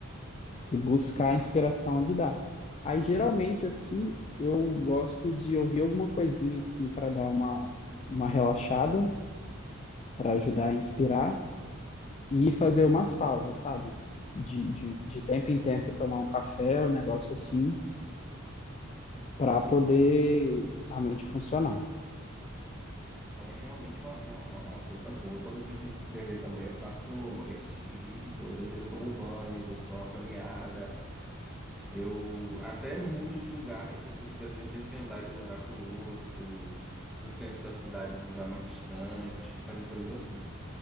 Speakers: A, on the left; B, in the centre.
A: que buscar a inspiração onde dá. Aí geralmente, assim, eu gosto de ouvir alguma coisinha assim para dar uma, uma relaxada, para ajudar a inspirar e fazer umas pausas, sabe? De, de, de tempo em tempo e tomar um café, um negócio assim para poder a mente funcionar.
B: É realmente uma, uma, uma- uma coisa boa. Quando eu preciso escrever também, eu faço esse tipo de, de coisa. Às vezes eu tomo banho, eu vou para uma caminhada. Eu até mudo de lugar, eu percebo que às vezes eu tenho que andar de um lugar para o outro, do centro da cidade para um lugar mais distante, fazer coisas assim.